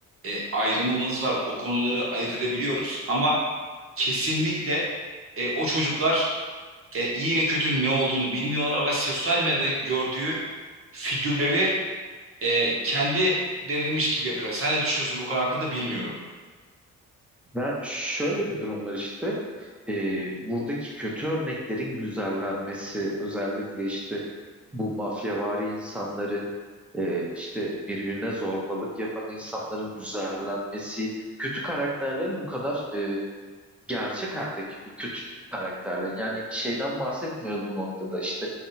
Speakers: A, on the right; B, in the centre.
A: e, ayrımımız var. O konuları ayırt edebiliyoruz ama kesinlikle e, o çocuklar e, iyi ve kötünün ne olduğunu bilmiyorlar ve sosyal medyada gördüğü figürleri e, kendilerinmiş gibi yapıyorlar. Sen ne düşünüyorsun bu konu hakkında bilmiyorum.
B: Ben şöyle bir durum var işte. E, buradaki kötü örneklerin güzellenmesi özellikle işte bu mafyavari insanların e, işte birbirine zorbalık yapan insanların güzellenmesi kötü karakterlerin bu kadar e, gerçek hayattaki kötü karakterlerin yani şeyden bahsetmiyoruz bu noktada işte